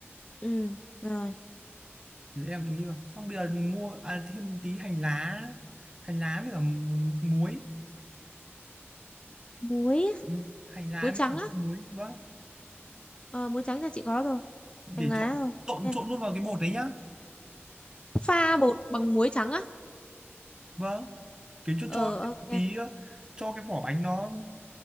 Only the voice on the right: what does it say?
thì em lại nghĩ là xong bây giờ mua à, thêm tí hành lá hành lá với cả muối
ừ, hành lá
với
cả
muối vâng
để
trộn
trộn
trộn luôn vào cái bột đấy nhá
vâng kiếm cho
cho thêm
một tí ờ, cho cái vỏ bánh nó